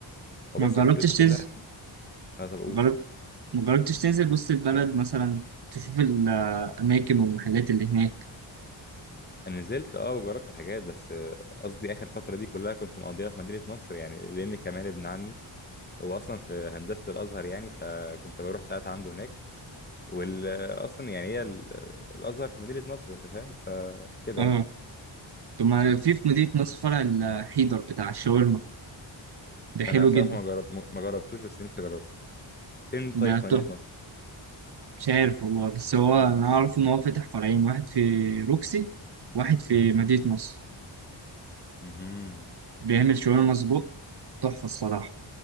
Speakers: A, on the left (about 20°); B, on the right (about 55°).
A: وبس
B: ما جربتش
A: فكرته كلها
B: تنزل
A: اه طب اقول
B: جربت ما جربتش تنزل وسط البلد مثلا تشوف الأماكن والمحلات اللي هناك
A: انا نزلت اه وجربت حاجات بس آه، قصدي اخر فتره دي كلها كنت مقضيها في مدينه نصر يعني لان كمان ابن عمي هو اصلا في هندسه الازهر يعني فكنت بروح ساعات عنده هناك واصلا يعني هي ال- الازهر في مدينه نصر انت فاهم فكده
B: اه
A: يعني
B: طب ما في في مدينة نصر فرع الحيدر بتاع الشاورما ده حلو
A: انا بصراحه
B: جدا
A: ما جرب ما جربتوش بس نفسي اجربه فين طيب
B: ده
A: في مدينه نصر
B: مش عارف والله بس هو انا اعرف ان هو فتح فرعين واحد في روكسي واحد في مدينة نصر
A: امم
B: بيعمل شاورما سجق تحفة الصراحة